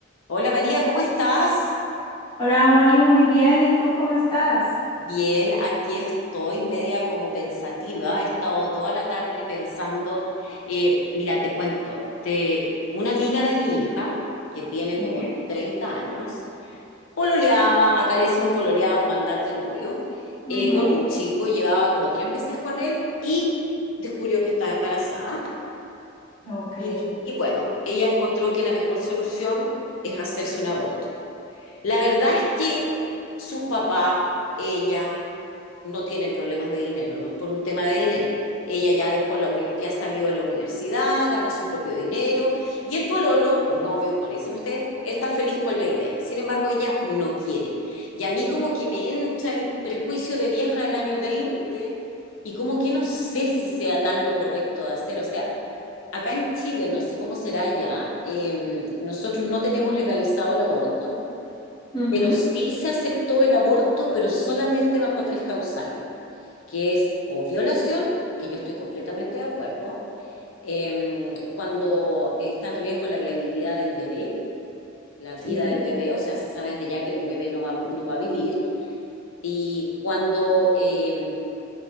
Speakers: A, on the left (about 80°); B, on the left (about 20°).
A: Hola María, ¿cómo estás?
B: Hola, Moni, muy bien. ¿Y tú cómo estás?
A: Bien, aquí estoy, media como pensativa. He estado toda la tarde pensando. eh, mira, te cuento, te, una amiga de mi hija, que tiene
B: Sí,
A: como 30 años, pololeaba, acá le decimos pololeaba como andar de novio,
B: Ujú.
A: eh, con un chico, llevaba como tres meses con él y descubrió que estaba embarazada.
B: ok.
A: y y bueno, ella encontró que la mejor solución es hacerse un aborto. La verdad es que sus papás, ella, no tienen problemas de dinero, no es por un tema de dinero. Ella ya dejó la uni- ya salió de la universidad, gana su propio dinero y el pololo o novio, como le dicen ustedes, está feliz con la idea. Sin embargo, ella no quiere. Y a mí como que me entra el prejuicio de vieja del año 20 y como que no sé si sea tan lo correcto de hacer, o sea, Acá en Chile, no sé cómo será allá. eh, nosotros no tenemos legalizado el aborto,
B: Ujú,
A: pero sí se aceptó el aborto, pero solamente bajo tres causales, que es o violación, que yo estoy completamente de acuerdo, eh, cuando está en riesgo la viabilidad del bebé, la vida
B: Sí,
A: del bebé, o sea, se sabe desde ya que el bebé no va, no va a vivir, y cuando eh,